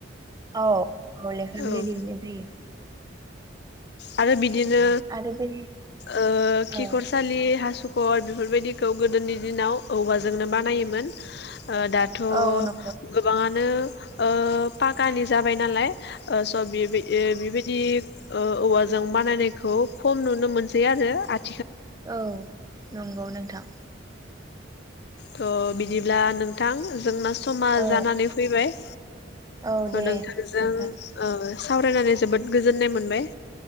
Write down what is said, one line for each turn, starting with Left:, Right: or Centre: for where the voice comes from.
Right: औ। अ लेखा
Left: औ
Right: बिलाइ दिहुनाय जायो।
Left: आरो बिद दिनो
Right: आरो बे
Left: ओ खिखरसालि
Right: औ
Left: हासुं खर बेफोरबायदिखौ गोदोनि दिनाव औवाजोंनो बानायोमोन दाथ'
Right: औ नंगौ
Left: गोबाङा नों ओ पाकानि जाबाय नालाय <unintelligible> स' बे बेबायदि औ औवा जों बानायनायखौ खम नुनो मोनसै आरो आंथ
Right: औ नंगौ नोंथां।
Left: थ' बिदिब्ला नोंथां जोंना समा
Right: औ
Left: जानानै फैबाय
Right: औ दे
Left: नोंथांजों
Right: नोंथां
Left: ओ सावरायनानै जोबोद गोजोननाय मोनबाय।